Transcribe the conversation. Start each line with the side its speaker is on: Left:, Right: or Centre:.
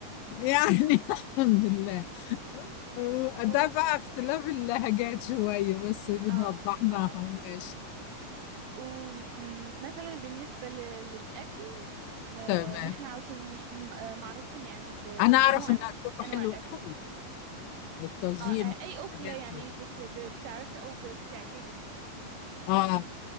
Left: يعني <laughs> الحمد لله آه، ده
Right: و...
Left: بقى اختلاف اللهجات شوية بس بنوضحناها
Right: اه اه
Left: ماشي
Right: ومثلا بالنسبة ل- للأكل ن-
Left: تمام
Right: نحن عاوتاني م- آه، معروفين يعني بمجموعة
Left: انا اعرف ان
Right: من
Left: اكلكم
Right: أنواع
Left: حلو
Right: الأكل
Left: قوي الطاجين
Right: آه آه، أي أكلة
Left: والحاجات
Right: يعني
Left: دي
Right: بت... ب- بتعرفي أو ب- بتعجبك
Left: اه